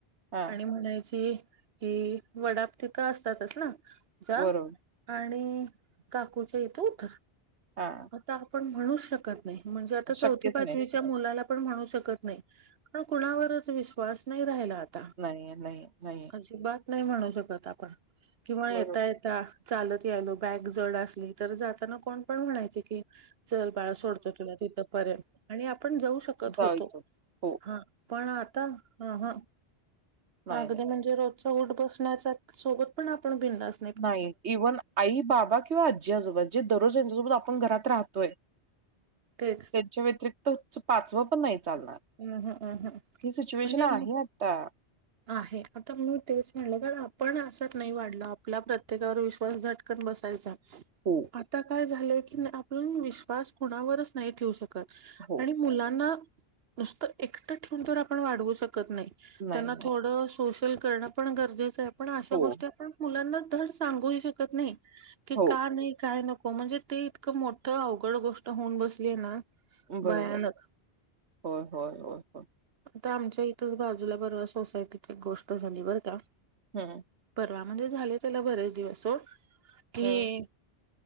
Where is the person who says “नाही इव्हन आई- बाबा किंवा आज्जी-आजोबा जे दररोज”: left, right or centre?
Right